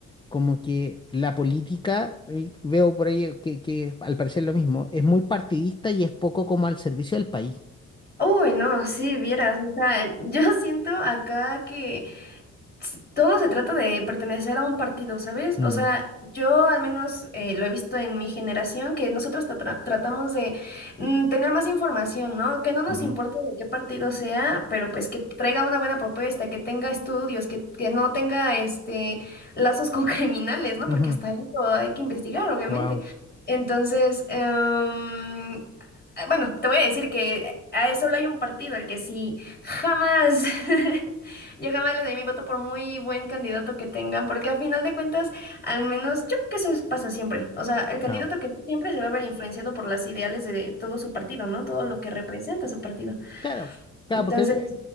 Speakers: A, on the left (about 15°); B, on the left (about 30°).
A: como que la política, eh, veo por ahí que, que al parecer lo mismo, es muy partidista y es poco como al servicio del país.
B: Uy, no, sí, vieras, o sea, yo siento acá que todo se trata de pertenecer a un partido, ¿sabes?
A: Mm,
B: O sea, yo al menos eh, lo he visto en mi generación, que nosotros tra- tra- tratamos de mm, tener más información, ¿no? Que no nos
A: ujú,
B: importa de qué partido sea, pero pues que traiga una buena propuesta, que tenga estudios, que, que no tenga este lazos con <laughs> criminales, ¿no?
A: ujú.
B: Porque hasta eso hay que investigar, obviamente.
A: Wow,
B: Entonces, em, bueno, te voy a decir que eh, solo hay un partido, el que sí jamás <laughs> Yo jamás le doy mi voto por muy buen candidato que tengan, porque a final de cuentas, al menos yo creo que eso es- pasa siempre. O sea, el candidato
A: claro,
B: que siempre se va a ver influenciado por las ideales de todo su partido, ¿no? Todo lo que representa su partido.
A: Claro, claro,
B: Entonces,
A: porque... eh,